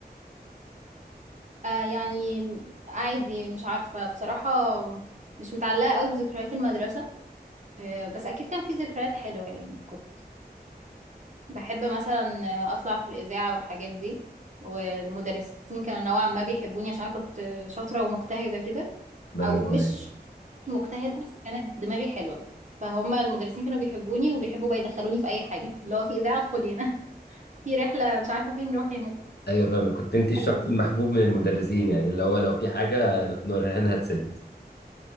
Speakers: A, on the right; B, on the left.
A: آه يعني عادي مش عارفة بصراحة مش متعلقة قوي بذكريات المدرسة آه بس أكيد كان في ذكريات حلوة يعني كنت بحب مثلا أطلع في الإذاعة والحاجات دي والمدرسين كانوا نوعا ما بيحبوني عشان أنا كنت شاطرة ومجتهدة كده
B: لا
A: أو
B: أنا كمان
A: مش مجتهدة بس كانت دماغي حلوة فهم المدرسين كانوا بيحبوني وبيحبوا بقى يدخلوني في أي حاجة اللي هو في إذاعة ادخلي هنا <laughs> في رحلة مش عارفة فين روحي هناك
B: ايوه فاهمك كنت انت الشخص
A: الحاجات دي
B: المحبوب من المدرسين يعني اللي هو لو في حاجه لا، نورهان هتسد